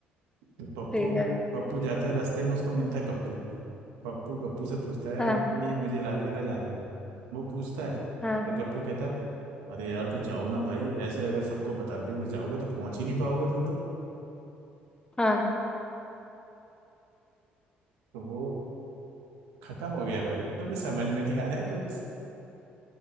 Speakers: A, on the right; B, on the left.
A: तो पप्पू
B: ठीक है
A: पप्पू जाता है रास्ते में उसको मिलता है गप्पू पप्पू गप्पू से पूछता है
B: हाँ
A: कि मुझे लाल किला जाना है वो पूछता है
B: हाँ
A: पर गप्पू कहता है अरे यार तो जाओ ना भाई ऐसे अगर सबको बताते हुए जाओगे तो पहुंच ही नहीं पाओगे तुम तो
B: हाँ
A: तो वो खत्म हो गया भाई तुम्हें समझ में नहीं आ रहे हैं जोक्स